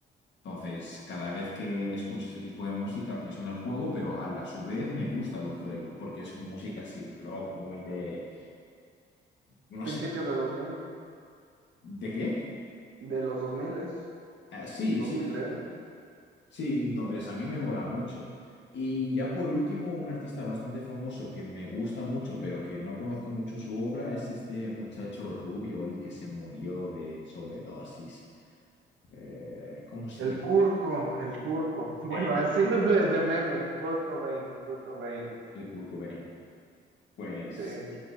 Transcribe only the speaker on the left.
Entonces, cada vez que escucho ese tipo de música pienso en el juego, pero a la su vez me gusta lo que oigo, porque es música así rock, muy de... no
sé.
¿De qué?
Ah, sí,
sí,
sí, entonces a mí me mola mucho. Y ya por último, un artista bastante famoso que me gusta mucho, pero que no conozco mucho su obra, es este muchacho rubio y que se murió de sobredosis. Eh, ¿cómo se
llama?
Eh,
El Kurt Cobain. Pues